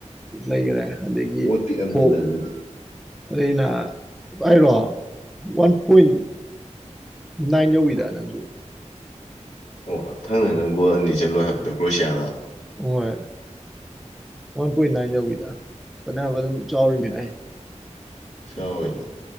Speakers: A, in the centre; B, on the left.
A: ꯂꯩꯈꯔꯦ ꯑꯗꯒꯤ
B: ꯑꯣꯠ ꯄꯤꯛꯑꯝꯅꯤꯗ
A: ꯀꯣꯛ
B: ꯑꯗꯨꯗꯤ
A: ꯑꯗ ꯑꯩꯅ ꯍꯥꯏꯔꯣ ꯋꯥꯟ ꯄꯣꯏꯟ ꯅꯥꯏꯟ ꯌꯧꯋꯤꯗ ꯅꯪꯁꯨ
B: ꯑꯣ ꯊꯪꯅꯅ ꯒꯣꯜ ꯑꯅꯤ ꯆꯠꯂꯣ ꯍꯥꯏꯕꯗꯣ ꯀ꯭ꯔꯣꯁꯤꯌꯥꯅ
A: ꯍꯣꯏ ꯋꯥꯟ ꯄꯣꯏꯟ ꯅꯥꯏꯟ ꯌꯧꯏꯗ ꯐꯅꯌꯥꯝ ꯑꯗꯨꯝ ꯆꯥꯎꯔꯤꯅꯦ ꯑꯩ
B: ꯁꯧꯏꯅꯦ